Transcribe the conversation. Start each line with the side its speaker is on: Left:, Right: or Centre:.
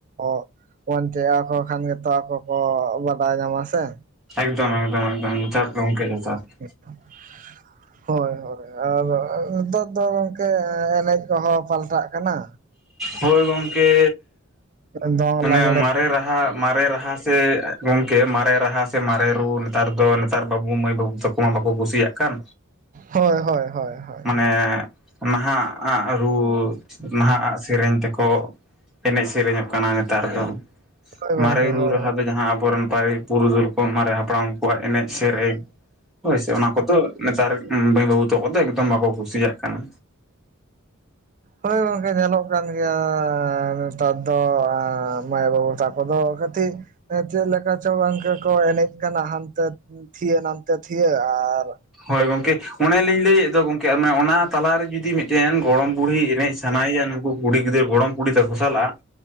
Right: ᱚ ᱚᱱᱛᱮ <inaudible> ᱟᱠᱚ ᱠᱷᱟᱱ ᱜᱮᱛᱚ ᱟᱠᱚ ᱠᱚ ᱵᱟᱰᱟᱭ ᱧᱟᱢᱟ ᱥᱮ,
Centre: ᱮᱠᱫᱚᱢ ᱮᱠᱫᱚᱢ ᱮᱠᱫᱚᱢ ᱡᱚᱛᱷᱟᱫ ᱜᱚᱢᱠᱮ ᱡᱚᱛᱷᱟᱫ ᱾
Right: <inaudible> ᱦᱳᱭ ᱦᱳᱭ ᱟᱨ ᱱᱮᱛᱟᱨ ᱫᱚ ᱜᱚᱝᱠᱮ ᱮᱱᱮᱡ ᱠᱚᱦᱚᱸ ᱯᱟᱞᱴᱟᱜ ᱠᱟᱱᱟ᱾
Centre: ᱦᱳᱭ ᱜᱚᱝᱠᱮ
Right: ᱦᱮᱸ ᱫᱚᱝ
Centre: ᱢᱟᱱᱮ
Right: ᱞᱟᱜᱽᱲᱮ
Centre: ᱢᱟᱼᱼ ᱢᱟᱨᱮ ᱨᱟᱦᱟ ᱢᱟᱨᱮ ᱨᱟᱦᱟ ᱥᱮ ᱜᱚᱝᱠᱮ ᱢᱟᱨᱮ ᱨᱟᱦᱟ ᱥᱮ ᱢᱟᱨᱮ ᱨᱩ ᱱᱮᱛᱟᱨ ᱫᱚ ᱱᱮᱛᱟᱨ ᱵᱟᱹᱵᱩ ᱢᱟᱹᱭ ᱵᱟᱹᱵᱩ ᱛᱟᱠᱚ ᱠᱚ ᱢᱟ ᱵᱟᱠᱚ ᱠᱩᱥᱤᱭᱟᱜ ᱠᱟᱱ᱾
Right: ᱦᱚᱭ ᱦᱚᱭ ᱦᱚᱭ ᱦᱚᱭ᱾
Centre: ᱢᱟᱱᱮ ᱱᱟᱦᱟᱜ ᱟᱜ ᱨᱩ ᱱᱟᱦᱟᱜ ᱟᱜ ᱥᱮᱨᱮᱧ ᱛᱮᱠᱚ ᱮᱱᱮᱡ ᱥᱮᱨᱮᱧᱚᱜ ᱠᱟᱱᱟ ᱱᱮᱛᱟᱨ ᱫᱚ
Right: ᱦᱳᱭ ᱜᱚᱝᱠᱮ
Centre: ᱢᱟᱨᱮ ᱨᱩ
Right: ᱦᱳᱭ
Centre: ᱨᱟᱦᱟ ᱫᱚ ᱡᱟᱦᱟᱸ ᱟᱵᱚᱨᱮᱱ ᱯᱼᱼ ᱯᱩᱨᱩᱫᱩᱞ ᱠᱚ ᱢᱟᱨᱮ ᱦᱟᱯᱲᱟᱢ ᱠᱚᱣᱟᱜ ᱮᱱᱮᱡ ᱥᱮᱨᱮᱧ ᱦᱳᱭ ᱥᱮ ᱚᱱᱟ ᱠᱚᱫᱚ ᱱᱮᱛᱟᱨᱼᱼ ᱢᱟᱹᱭ ᱵᱟᱹᱵᱩ ᱛᱟᱠᱚ ᱫᱚ ᱮᱠᱫᱚᱢ ᱵᱟᱠᱚ ᱠᱩᱥᱤᱭᱟᱜ ᱠᱟᱱᱟ᱾
Right: ᱦᱳᱭ ᱜᱚᱝᱠᱮ ᱧᱮᱞᱚᱜ ᱠᱟᱱ ᱜᱮᱭᱟ ᱱᱮᱛᱟᱨ ᱫᱚ ᱢᱟᱹᱭ ᱵᱟᱹᱵᱩ ᱛᱟᱠᱚ ᱫᱚ ᱠᱟᱹᱴᱤᱡᱼᱼ ᱪᱮᱫ ᱞᱮᱠᱟ ᱪᱚ ᱜᱚᱝᱠᱮ ᱠᱚ ᱮᱱᱮᱡ ᱠᱟᱱᱟᱢ ᱦᱟᱱ ᱛᱮ ᱛᱷᱤᱭᱟᱹ ᱱᱟᱛᱮ ᱛᱷᱤᱭᱟᱹ ᱟᱨᱼᱼ
Centre: ᱦᱳᱭ ᱜᱚᱝᱠᱮ ᱚᱱᱮᱞᱤᱧ ᱞᱟᱹᱭᱮᱫ ᱫᱚ ᱜᱚᱢᱠᱮ ᱚᱱᱟ ᱛᱟᱞᱟᱨᱮ ᱡᱩᱫᱤ ᱢᱤᱼᱼ ᱢᱤᱫᱴᱮᱱ ᱜᱚᱲᱚᱢ ᱵᱩᱲᱦᱤ ᱮᱱᱮᱡ ᱥᱟᱱᱟᱭᱮᱭᱟ ᱱᱩᱠᱩ ᱠᱩᱲᱤ ᱜᱤᱫᱟᱹᱨᱟ ᱜᱚᱲᱚᱢ ᱠᱩᱲᱤ ᱛᱟᱠᱚ ᱥᱟᱞᱟᱜᱼᱟ